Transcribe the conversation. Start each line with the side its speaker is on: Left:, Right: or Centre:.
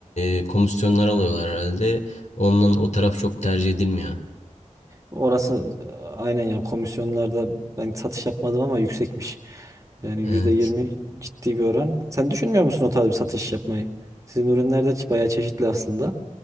Left: e, komisyonlar alıyorlar herhalde. Ondan o taraf çok tercih edilmiyor.
Right: Orası e, aynen ya komisyonlarda ben satış yapmadım ama yüksekmiş. Yani
Left: Evet.
Right: yüzde yirmi ciddi bir oran. Sen düşünmüyor musun o tarz bir satış yapmayı? Sizin ürünler de bayağı çeşitli aslında.